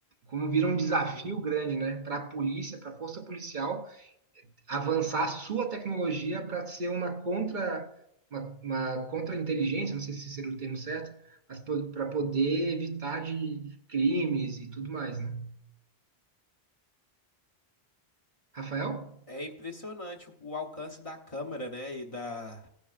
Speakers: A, on the right; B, on the left.
A: como vira um desafio
B: uhum.
A: grande, né, para a polícia, para a força policial avançar a sua tecnologia para ser uma contra uma, uma contra-inteligência, não sei se seria o termo certo, mas para poder evitar de crimes e tudo mais, né? Rafael?
B: É impressionante o o alcance da câmera, né? E da